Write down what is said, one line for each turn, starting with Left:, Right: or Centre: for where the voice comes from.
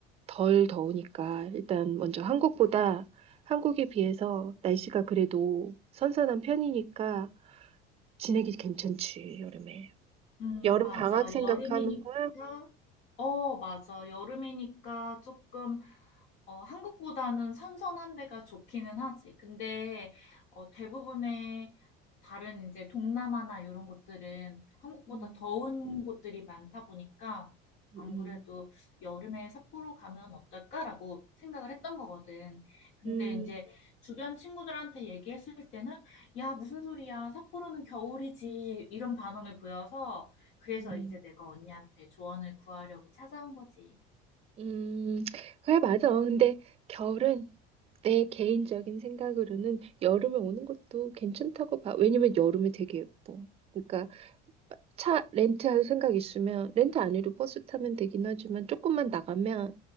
Right: 덜 더우니까 일단 먼저 한국보다 한국에 비해서 날씨가 그래도 선선한 편이니까 지내기 괜찮지, 여름에.
Left: 음,
Right: 여름
Left: 맞아.
Right: 방학 생각하는
Left: 여름이니까
Right: 거야?
Left: 어, 맞아. 여름이니까 조금, 어, 한국보다는 선선한 데가 좋기는 하지. 근데, 어, 대부분의 다른 이제 동남아나 이런 곳들은 한국보다
Right: 음,
Left: 더운 곳들이 많다 보니까
Right: 음,
Left: 안 그래도 여름에 삿포로 가면 어떨까라고 생각을 했던 거거든. 근데
Right: 음,
Left: 이제 주변 친구들한테 얘기했을 때는 야, 무슨 소리야. 삿포로는 겨울이지. 이런 반응을 보여서 그래서
Right: 음,
Left: 이제 내가 언니한테 조언을 구하려고 찾아온 거지.
Right: 음. 그래, 맞아. 근데 겨울은 내 개인적인 생각으로는 여름에 오는 것도 괜찮다고 봐. 왜냐면 여름에 되게 예뻐. 그러니까 차 렌트할 생각 있으면 렌트 안 해도 버스 타면 되긴 하지만 조금만 나가면